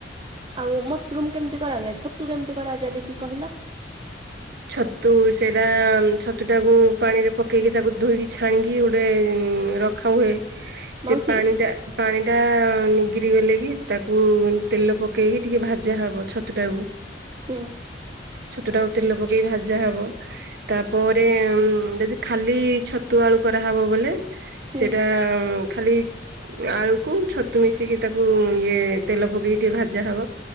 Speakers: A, on the right; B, on the right.
A: ଆଉ ମସରୁମ କେମିତି କରାଯାଏ ଛତୁ କେମିତି କରାଯାଏ ଦେଖିକି କହିଲ। <inaudible>
B: ଛତୁ ସେଟା ଛତୁ ଟାକୁ ପାଣି ରେ ପକେଇକି ତାକୁ ଧୋଇକି ଛାଣିକି ଗୋଟେ ରଖ ଖା ହୁଏ
A: ମାଉସୀ?
B: ସେ ପାଣି ଟା ପାଣି ଟା ନିଗିରି ଗଲେ କି ତାକୁ ତେଲ ପକେଇକି ଟିକେ ଭାଜା ହବ ଛତ ଟାକୁ।
A: ହୁଁ
B: ଛତୁ ଟାକୁ ତେଲ ପକେଇି ଭାଜା ହବ। ତାପରେ ଯଦି ଖାଲି ଛତୁ ଆଳୁ କରାହେବ ବୋଲେ
A: ହୁଁ
B: ସେଟା ଖାଲି ଆଳୁକୁ ଛତୁ ମିଶିକି ତାକୁ ଇଏ ତେଲ ପକେଇକି ଟିକେ ଭାଜା ହବ।